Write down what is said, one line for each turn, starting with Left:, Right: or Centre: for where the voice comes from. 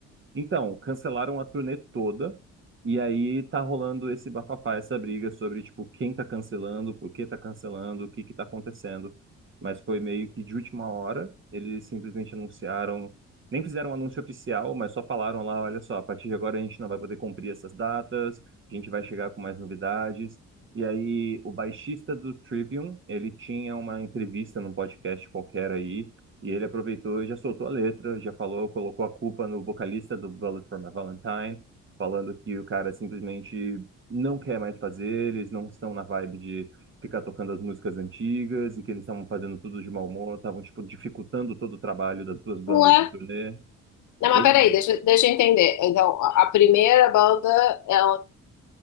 Right: então, cancelaram a turnê toda, e aí tá rolando esse bafafá, essa briga sobre, tipo, quem tá cancelando, por que tá cancelando, o que que tá acontecendo. Mas foi meio que de última hora, eles simplesmente anunciaram, nem fizeram um anúncio oficial, mas só falaram lá, olha só, a partir de agora a gente não vai poder cumprir essas datas, a gente vai chegar com mais novidades. E aí, o baixista do Trivium, ele tinha uma entrevista num podcast qualquer aí, e ele aproveitou e já soltou a letra, já falou, colocou a culpa no vocalista do Bullet for My Valentine, falando que o cara simplesmente não quer mais fazer, eles não estão na vibe de ficar tocando as músicas antigas e que eles estavam fazendo tudo de mau humor, estavam tipo dificultando todo o trabalho das duas bandas
Left: Ué?
Right: da turnê.
Left: Não,
Right: Pois
Left: mas peraí,
Right: é.
Left: deixa, deixa eu entender. Então, a a primeira banda, ela